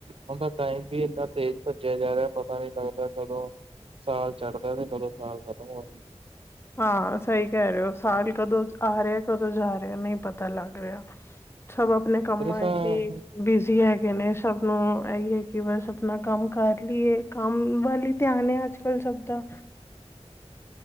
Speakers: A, on the right; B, on the left.
A: ਉਹਦਾ ਟਾਈਮ ਵੀ ਇਨਾ ਤੇਜ਼ ਭੱਜਿਆ ਜਾ ਰਿਹਾ ਪਤਾ ਨਹੀ ਲੱਗਦਾ ਕਦੋਂ ਸਾਲ ਚੜਦਾ ਤੇ ਕਦੋਂ ਸਾਲ ਖਤਮ ਹੋ ਗਿਆ।
B: ਹਾਂ ਸਹੀ ਕਹਿ ਰਹੇ ਹੋ ਸਾਲ ਕਦੋਂ ਆ ਰਿਹਾ ਕਦੋਂ ਜਾ ਰਿਹਾ ਨਹੀਂ ਪਤਾ ਲੱਗ ਰਿਹਾ ਸਭ ਆਪਣੇ ਕੰਮ
A: ਮੇਰੇ ਹਿਸਾਬ
B: ਇਥੇ ਬਿਜੀ ਹੈਗੇ ਨੇ ਸਭ ਨੂੰ ਇਹੀ ਕਿ ਬਸ ਆਪਣਾ ਕੰਮ ਕਰ ਲਈਏ। ਕੰਮ ਵੱਲ ਹੀ ਧਿਆਨ ਹੈ ਅੱਜ ਕੱਲ ਸਭ ਦਾ
A: <inaudible>